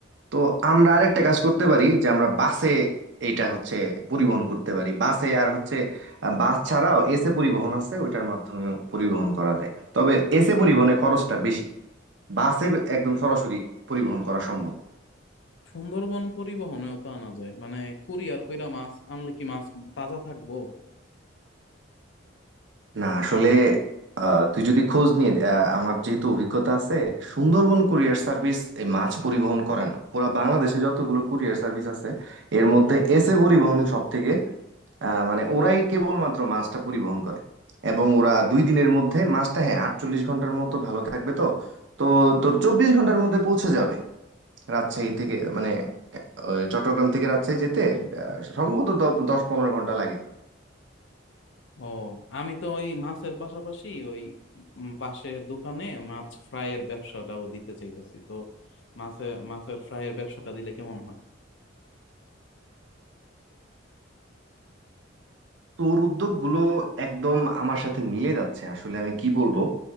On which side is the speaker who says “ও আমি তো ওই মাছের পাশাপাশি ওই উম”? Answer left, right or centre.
Left